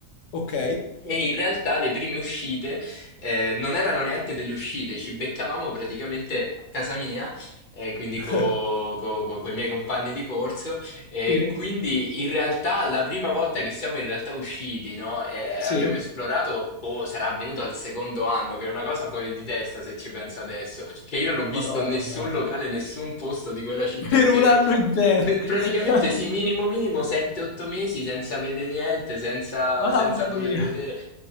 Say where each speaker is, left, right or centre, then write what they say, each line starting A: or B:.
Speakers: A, on the left; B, on the left.
A: ok.
B: E in realtà le prime uscite eh, non erano neanche delle uscite, ci beccavamo praticamente a casa mia, eh, quindi
A: <laughs>
B: con i miei compagni di corso. E
A: Sì,
B: quindi in realtà la prima volta che siamo in realtà usciti, no? E
A: sì.
B: abbiamo esplorato, boh, sarà avvenuto al secondo anno, che è una cosa fuori di testa se ci penso adesso, che io non ho visto
A: Madonna,
B: nessun locale, nessun posto di quella città
A: <laughs> per
B: per,
A: un anno intero.
B: per praticamente
A: <laughs>
B: sì, minimo minimo 7-8 mesi senza vedere niente, senza,
A: Mamma
B: senza poter
A: mia.
B: vedere.